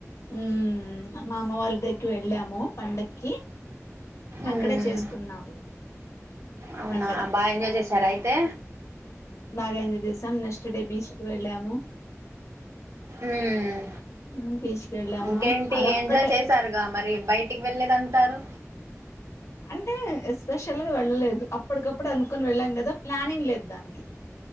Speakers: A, on the left; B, on the right.
A: మ్ మా అమ్మ వాళ్ళు ద గ్గరికి వెళ్ళాము పండగకి
B: ఉమ్
A: అక్కడే చేసుకున్నాము
B: అవునా
A: పండగ
B: బా ఎంజాయ్ చేసారా అయితే
A: బాగా ఎంజాయ్ చేసాం నెక్స్ట్ డే బీచ్ కు వెళ్ళాము
B: మ్
A: ఉమ్, బీచ్ కి వెళ్ళాము
B: ఇంకేంటి
A: అదొక్కటే
B: ఎంజాయ్ చేసారుగా మరి బయటికి వెళ్ళేదంటారు
A: అంటే ఎస్పెషల్ గా వెళ్ళలేదు అప్పటికప్పుడు అనుకుొని వెళ్ళాం కదా ప్లానింగ్ లేదు దానికి